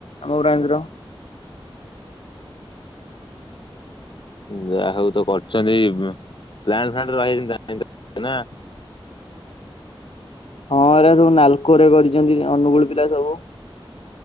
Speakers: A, on the left; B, on the left.
A: ଆମ ବ୍ରାଞ୍ଚର।
B: ଯାହା ହଉ ତ କରଛନ୍ତି ପ୍ଲାଣ୍ଟ ଫ୍ଲାଣ୍ଟ ରେ ନା?
A: ହଁ ଏରା ସବୁ ନାଲକୋ ରେ କରିଛନ୍ତି ଅନୁଗୁଳ ପିଲା ସବୁ।